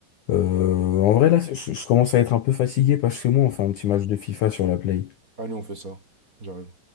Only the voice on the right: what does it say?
Allez, on fait ça. J'arrive.